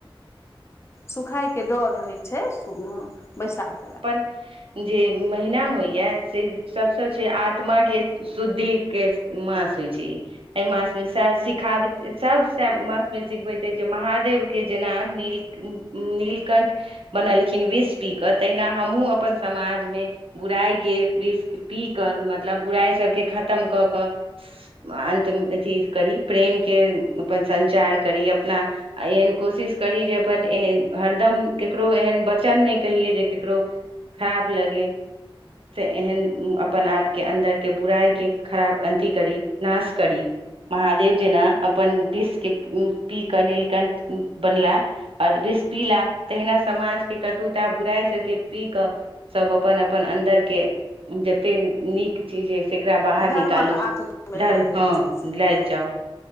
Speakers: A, on the left; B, on the right.
A: सुखाय के डर रहे छै, सु अ बैसाख
B: अपन जे महिना होयया से सबसे छै आत्मा के शुद्धि के मास होइ छै। एहि मास मे शिखा सभ मासमे सिखबैत अछि जे महादेवके जेना नील नीलकण्ठ बनलखिन विष पी कऽ तहिना हमहुँ अपन समाजमे बुराइके विष पी कऽ मतलब बुराइ सभके खतम कऽ कऽ अन्तमे अथी करी, प्रेमके अपन संचार करी, अपना आ एहन कोशिश करी जे अपन हरदम केकरो एहन वचन नहि कहियै जे केकरो खराब लगय। से एहन अपन आपक अन्दरक बुराइके खराब अन्त करी, नाश करी। महादेव जेना अपन विष पी कऽ नीलकण्ठ बनला और विष पीलाह, तहिना समाज के कटुता बुराइ सभके पी कऽ सब अपन-अपन अन्दर के जते नीक चीज ये सेकरा बाहर
A: धर्मक
B: निकालू,
A: आचरणमे
B: धर्म
A: लागि जाइ
B: हँ
A: छथि सभ
B: लागि
A: हँ
B: जाउ।